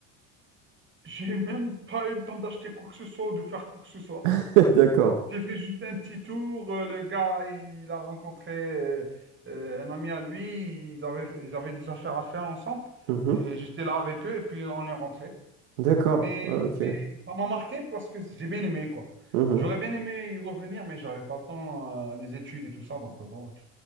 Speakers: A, on the right (about 30°); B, on the right (about 80°).
A: J'ai même pas eu le temps d'acheter quoi que ce soit ou de faire quoi que ce soit.
B: <laughs> D'accord.
A: J'ai fait juste un petit tour. euh, Le gars, il a rencontré euh, euh, un ami à lui. Ils avaient, ils avaient des affaires à faire ensemble.
B: Mhm,
A: Et j'étais là avec eux et puis on est rentré.
B: D'accord.
A: Mais,
B: Ah, ok.
A: mais ça m'a marqué parce que j'ai bien aimé, quoi.
B: Mhm.
A: J'aurais bien aimé y revenir, mais j'avais pas le temps, euh, les études et tout ça. Donc euh, voilà.